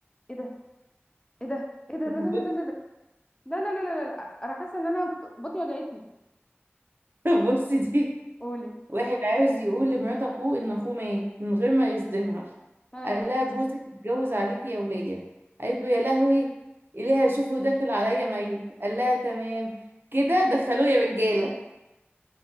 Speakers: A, on the left; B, on the right.
A: ايه ده ايه ده ايه ده
B: <laughs>
A: لا لا
B: بص-
A: لا لا لا لا لا لا لا لا لا. انا حاسه ان انا بطني وجعتني
B: بصي دي
A: قولي
B: واحد عاوز يقول لمرات اخوه ان اخوه مات من غير ما يصدمها
A: اه
B: قال لها جوزك اتجوز عليكي يا ولية قالت له يا لهوي إليها شوفه داخل عليا ميت قال لها تمام كده دخلوه يا رجالة